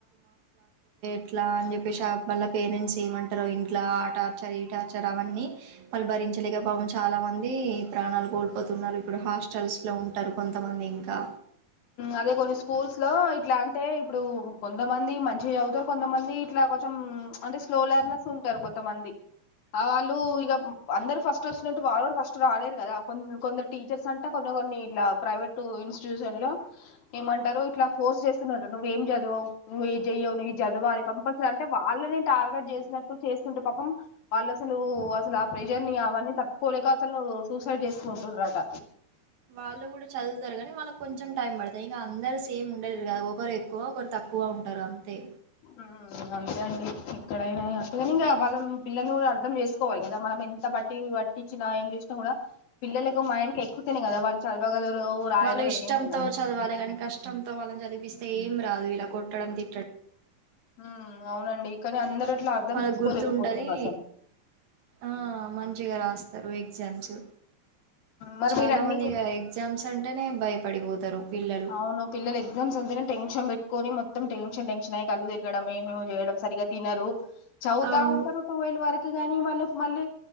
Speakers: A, on the right; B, on the left.
A: ఇట్లా అని చెప్పేసి ఆ వాళ్ళ పేరెంట్స్ ఏమంటారు ఇంట్లా ఆ టార్చర్ ఈ టార్చర్ అవన్నీ వాళ్ళు భరించలేక పాపం చాలా మంది ప్రాణాలు కోల్పోతున్నారు ఇప్పుడు హాస్టల్స్ లో ఉంటారు కొంతమంది ఇంకా
B: అదే కొన్ని స్కూల్స్ లో ఇట్లా అంటే ఇప్పుడు కొంతమంది మంచి చదువుతారు కొంతమంది ఇట్లా కొంచెం అంటే స్లోలర్నెస్ ఉంటారు కొంతమంది వాళ్ళు ఇగ అందరు ఫస్ట్ వచ్చినట్టు వాళ్ళు కూడా ఫస్ట్ రాలేరు కొంద కొందరు టీచర్స్ అంటా కొన్ని కొన్ని ఇట్లా ప్రవేట్ ఇన్స్ ట్యూషన్ లో ఏంటారు ఇట్లా ఫోర్స్ చేస్తున్నారట నువ్వు ఏం చదువు నువ్వు చెయ్యవు నువ్వు చదవాలి కంపల్సరీ అంటే వాళ్ళని టార్గెట్ చేసినట్టు చేస్తుంటే పాపం వాళ్ళు అసలు అసలు ఆ ప్రెజర్ ని అవన్నీ తట్టుకోలేక అసలు సూసైడ్ చేసుకుంటురట
A: వాళ్ళు కూడా చదువుతారు కానీ వాళ్ళకి కొంచెం టైం పడతాయి ఇంకా అందరు సేమ్ ఉండలేరు కదా ఒకరు ఎక్కువ ఒకరు తక్కువ ఎక్కువ ఉంటారు అంతే
B: ఉహు అంతే అండి ఇక్కడైనా అంతేగాని వాళ్ళం పిల్లల్ని కూడా అర్థం చేసుకోవాలి కదా మనం ఎంత బట్టి వాట్టించిన ఏం చేసినకుడా పిల్లలకు మైండ్ ఎక్కుతానే కదా వాళ్ళు చదవగలరు రాయగలరు
A: వాళ్ళు ఇష్టంతో
B: ఏమైనా
A: చదవలే కానీ కష్టంతో వాళ్ళని చదిపిస్త ఎమ్ రాదు విలా కొట్టడం తిట్టడం
B: హు అవునండి కానీ అందరు అట్లా అర్థం
A: వాళ్ళ
B: చేసుకోలేకపోతున్నారు
A: గుర్తుంటది
B: అసలు
A: ఆ మంచిగా రాస్తరు ఎగ్జామ్ చు
B: మరి
A: చాలా
B: మీరు అన్ని
A: మంది ఇగ ఎగ్జామ్స్ అంటేనే భయపడిపోతారు పిల్లలు
B: అవును పిల్లలు ఎగ్జామ్స్ అంటనే టెన్షన్ పెట్టుకొని మో మోత్తం టెన్షన్ టెన్షన్ కళ్ళు తిరగడం ఏమో చేయడం సరిగా తినరు చదువుతా
A: అవును
B: ఉంటారు టూవెల్ వరకు కానీ వాళ్ళక్ మళ్ళీ